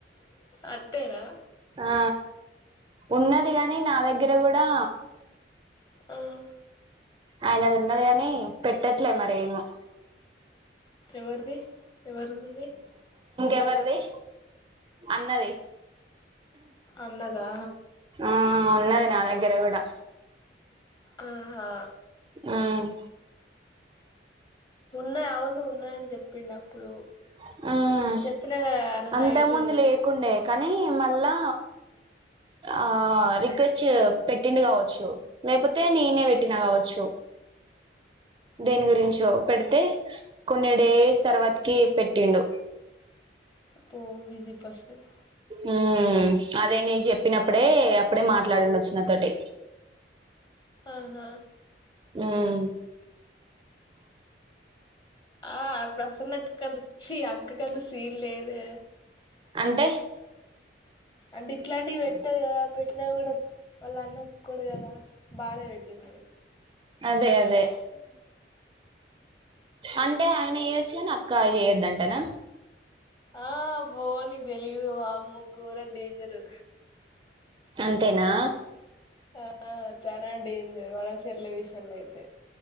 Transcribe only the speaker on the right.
ఆ ఉన్నది గాని నా దగ్గర కూడా
ఆయనది ఉన్నది గాని పెట్టట్లే మరి ఏమో
ఎవరిది అన్నది
ఆ ఉన్నది నా దగ్గర కూడా
ఉమ్మ్
మ్మ్
అంతకు
ముందు లేకుండే కానీ మళ్ళా ఆ రిక్వెస్ట్ పెట్టిండు కావచ్చు లేకపోతే నేనే పెట్టినా కావచ్చు దేని గురించో పెడితే కొన్ని డేస్ తర్వాతకి పెట్టిండు
ఉమ్మ్ అదే నీకు చెప్పినప్పుడే అప్పుడే మాట్లాడిండు వచ్చిన నాతోటి
ఉమ్మ్
అంటే
అదే అదే అంటే ఆయన ఏజ్ తేనా అక్కా చేయద్దంటనా
అంతేనా